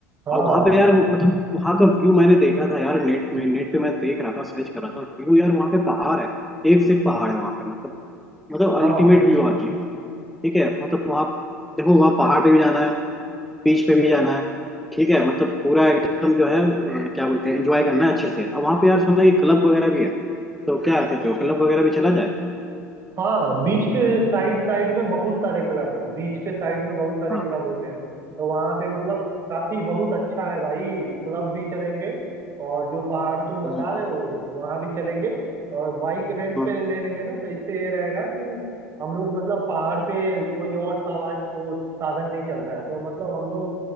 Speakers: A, on the right (about 35°); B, in the centre.
A: हाँ
B: और वहाँ पे यार मतलब वहाँ का व्यू मैंने देखा था यार नेट में नेट पे मैं देख रहा था सर्च कर रहा था व्यू यार वहाँ पे पहाड़ है एक से एक पहाड़ है वहाँ पे मतलब मतलब अल्टीमेट
A: हाँ
B: व्यू आती है ठीक है मतलब वहाँ देखो वहाँ पहाड़ पे भी जाना है बीच पे भी जाना है ठीक है मतलब पूरा एकदम जो है अ, क्या बोलते हैं एंजॉय करना है अच्छे से अब वहाँ पे यार सुना है क्लब वगैरह भी है तो क्या कहते हो क्लब वगैरह भी चला जाए
A: हाँ बीच के साइड साइड में बहुत सारे क्लब है बीच के साइड में बहुत सारे
B: हाँ
A: क्लब
B: हाँ
A: होते हैं तो वहाँ पे मतलब काफी बहुत अच्छा है भाई क्लब भी चलेंगे और जो पहाड़ तुम बता
B: हम्म
A: रहे हो वहाँ भी चलेंगे और बाइक रेंट
B: हम्म
A: पे ले लेंगे ना तो इससे ये रहेगा कि हम लोग मतलब पहाड़ पे कोई और सवार वो साधन नहीं चलता है तो मतलब हम लोग